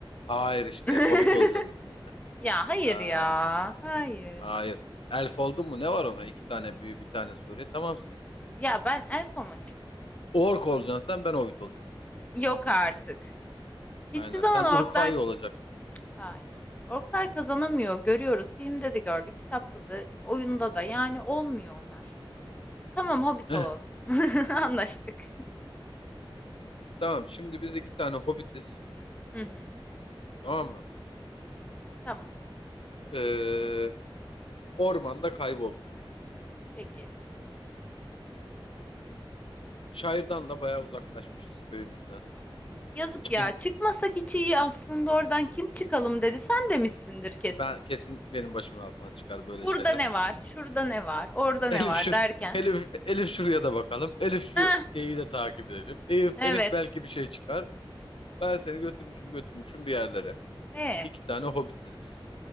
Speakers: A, on the left (about 75°); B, on the left (about 15°).
A: hayır işte
B: <laughs>
A: hobbit olacağız ikimiz de.
B: Ya hayır
A: Ya
B: ya. Hayır.
A: hayır. Elf oldun mu ne var ona? İki tane büyü, bir tane sure. Tamamsın.
B: Ya ben elf olmak istiyorum.
A: Ork olacaksın sen ben Hobbit olacağım.
B: Yok artık. Hiçbir
A: Aynen
B: zaman
A: sen Uruk-hai
B: orklar...
A: olacaksın.
B: Hayır. Orklar kazanamıyor. Görüyoruz. Filmde de gördük. Kitapta da, oyunda da. Yani olmuyor onlar. Tamam hobbit
A: <laughs>
B: olalım. <laughs> Anlaştık.
A: Tamam şimdi biz iki tane Hobbitiz.
B: Hı hı.
A: Tamam mı?
B: Tamam.
A: Ee, ormanda kaybolduk.
B: Peki.
A: Şairden da bayağı uzaklaşmışız köyümüzden.
B: Yazık
A: Çıkın
B: ya. Çıkmasak hiç iyi aslında oradan kim çıkalım dedi. Sen demişsindir kesin.
A: ben kesin benim başımın altından çıkar böyle
B: Burada
A: şeyler.
B: ne
A: <laughs>
B: var? Şurada ne var? Orada ne
A: Elif
B: var
A: şu
B: derken.
A: Elif Elif şuraya da bakalım. Elif şu
B: Heh,
A: geyiği de takip edelim. Elif
B: evet.
A: Elif belki bir şey çıkar. Ben seni götürmüşüm götürmüşüm bir yerlere.
B: E
A: İki tane Hobbitiz biz.